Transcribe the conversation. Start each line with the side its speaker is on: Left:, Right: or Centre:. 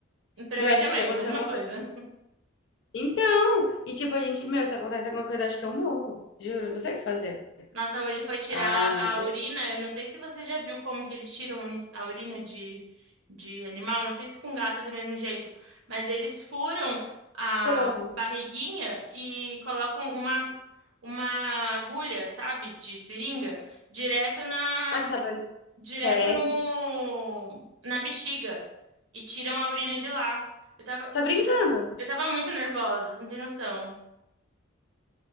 Right: <laughs> Pra
Left: Meu,
Right: mim
Left: acho
Right: também,
Left: que se acontecer
Right: é a mesma
Left: alguma
Right: coisa.
Left: coisa. Então! E tipo, a gente, meu, se acontece alguma coisa, acho que eu morro. Juro, não sei o que fazer.
Right: Nossa, hoje foi tirar
Left: Ah, não
Right: a
Left: tem.
Right: urina, eu não sei se você já viu como que eles tiram a urina de, de animal, não sei se com gato é do mesmo jeito, mas eles furam a
Left: Como?
Right: barriguinha e colocam uma, uma agulha, sabe, de seringa, direto na,
Left: Ah, sabe?
Right: direto
Left: Sério?
Right: no na bexiga e tiram a urina de lá. Eu tava,
Left: Tá brincando?
Right: eu, ta- eu tava muito nervosa, você não tem noção.